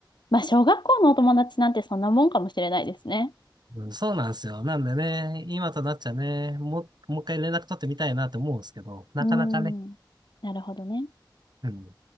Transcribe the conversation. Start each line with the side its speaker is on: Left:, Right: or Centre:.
Left: まあ、小学校のお友達なんてそんなもんかもしれないですね。
Right: うん、そうなんですよ。なんでね、今となっちゃね、もう、もう一回連絡取ってみたいなって思うんですけど、なかなかね。
Left: うん。なるほどね。
Right: うん